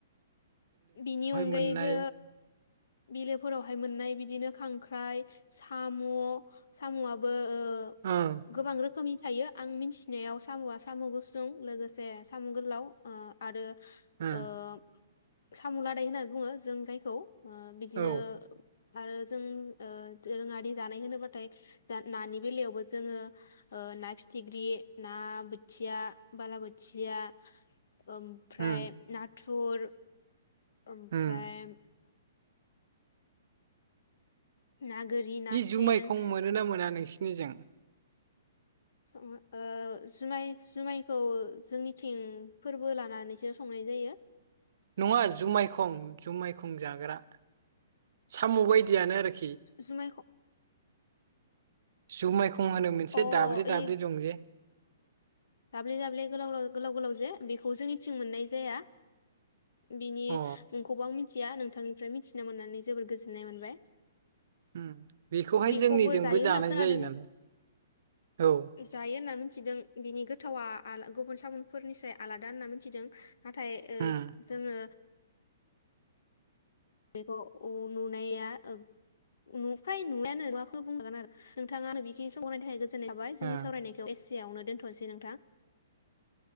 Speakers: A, on the left; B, on the right.
A: बिनि अनगायैबो
B: मोननाय
A: बिलोफोरावहाय मोननाय बिदिनो खांख्राइ साम' साम'आबो ओ
B: ओं
A: गोबां रोखोमनि थायो आं मिथिनायाव साम'आ साम' गुसुं लोगोसे साम' गोलाव ओ आरो
B: ओं
A: ओम सामु लादाय होननानै बुङो जों जायखौ ओ बिदिनो
B: औ
A: आरो जों ओ दोरोङारि जानाय होनोब्लाथाय नानि बेलायावबो जोङो ओ ना फिथिख्रि ना बोथिया बालाबोथिया ओमफ्राय
B: उम
A: नाथ थुर ओमफ्राय
B: उम
A: ना गोरि
B: बि
A: ना
B: जुमायखौ
A: सें
B: मोनोना मोना नोंसिन निजों?
A: सङो ओ जुमाय जुमायखौ जोंनिथिं फोरबो लानानैसो संनाय जायो।
B: नङा जुमाय खं जुमाय खं जाग्रा। साम' बायदियानो आरोखि।
A: जुमायख'
B: जुमाय थंहानो मोनसे
A: अ ओइ
B: दाब्लि दाब्लि दं जे।
A: दाब्ले दाब्ले गोलाव गोलाव गोलाव जे बेखौ जोंनिथिं मोननाय जाया। बिनि
B: अ
A: गुबां मि मिथिया नोंथांनिफ्राय मिथिनो मोननानै जोबोर गोजोननाय मोनबाय।
B: उम बेखौहाय
A: बेखौबो
B: जोंनिजोंबो
A: जायो होनना
B: जानाय
A: खोनादों
B: जायो नालाय औ।
A: जायो होनना मिथिदों बिनि गो गोथावा गुबुन सामुफोरनिसाय आलादा होनना मिथिदों। नाथाय ओ
B: उम
A: जोङो। बेखौ औ नुनाया फ्राय नुनायानो नंला बुंजागोन आरो नोंथाङानो बेखिनि सम होनायनि थाखाय गोजोन थाबाय
B: ओ
A: जोंनि सावरायनायखौ एसे। एसेआवनो दोनथनोसै नोंथां।